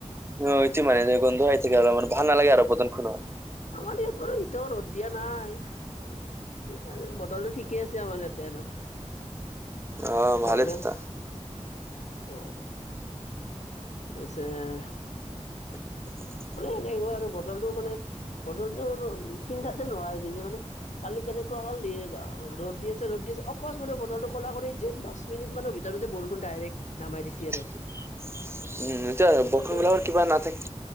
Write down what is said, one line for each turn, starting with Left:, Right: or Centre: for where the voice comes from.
Right: উম, এইটো মানে গন্ধ আহি থাকে মানে ভাল নালাগে আৰু বদনখনত।
Left: আমাৰ ইয়াত বাৰু এতিয়াও ৰ'দ দিয়া নাই। এ আজি বতৰ টো ঠিকে আছে আমাৰ ইয়াতে আৰু।
Right: অ ভালে
Left: নৰৰ্মেল,
Right: তেতিয়া
Left: অ অ। <unintelligible>
Right: <unintelligible>
Left: বোলে এনেকুৱা আৰু বতৰটো মানে বতৰটো থিং থাকে নোহোৱা গৈছে মানে কালি কেনে- কুৱা হ'ল, ৰ'দ দি আছে ৰ'দ দি আছে অকস্মাতে বতৰটো ক'লা কৰি আনিছে দছ মিনিট মানৰ ভিতৰতে বৰষুণ ডাইৰেক্ট নামাই দিছে
Right: উম,
Left: আৰু
Right: এতিয়া
Left: বটলটো
Right: বৰষূণ বিলাকৰ কিবা নাথাকে